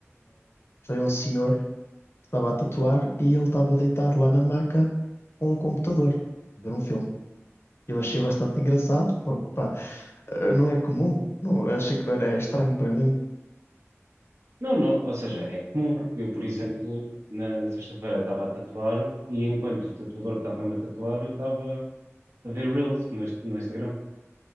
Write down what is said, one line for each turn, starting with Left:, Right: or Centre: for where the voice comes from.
Left: foi um senhor que estava a tatuar e ele estava deitado lá na maca com o computador, a ver um filme. Eu achei bastante engraçado, porque pá, eh, não é comum. Não, achei que não era estranho para mim.
Right: Não, não, ou seja, é comum. Eu, por exemplo, na, na sexta-feira estava a tatuar e enquanto o tatuador estava-me a tatuar, eu estava a ver Reels no, Inst- no Instagram.